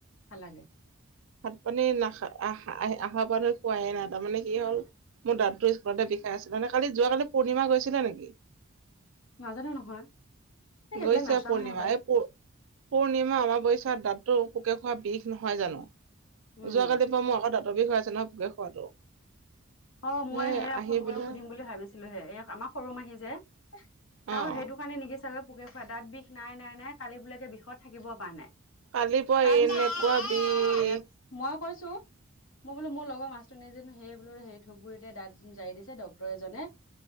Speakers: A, on the left; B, on the right.
A: ভাল লাগে।
B: ভাত পানী <unintelligible> খোৱাই নাই তাৰমানে কি হ'ল মোৰ দাদটো স্কুলতে বিখাই আছিল মানে কালি যোৱালি পূৰ্ণি গৈছিলে নেকি।
A: নাজানো নহয় এই সেইবিলাক
B: গৈছে
A: নাচাওৱে
B: পূৰ্ণিমা
A: আকৌ
B: এই <inaudible> পূৰ্ণিমা <unintelligible> দাঁততো খোৱা বিষ নহয় জানো
A: উম
B: যোৱাকালি পৰা মোৰ আকৌ দতৰ বিষয় হৈ আছে খোৱাটো
A: অ মই
B: সেই
A: সে
B: আহি
A: ফোন
B: পেলাই
A: কৰি সুধিম বুলি ভাবিছিলোহে এই আমাৰ সৰু মাহী যে ত
B: অ'
A: সেইটো কাৰণে নিকি চাগে পোকে খুৱাই দাঁত বিষ নাই নাই নাই কালি বোলেকে বিষত থাকিব পৰা নাই
B: কালিৰ পৰা
A: তাৰপিছত
B: এনেকুৱা বিষ
A: মই কৈছো মই বোলো মোৰ লগৰ <unintelligible> নে যে সেই বোলো <unintelligible> দাঁত জাৰি দিছে ডক্তৰ এজনে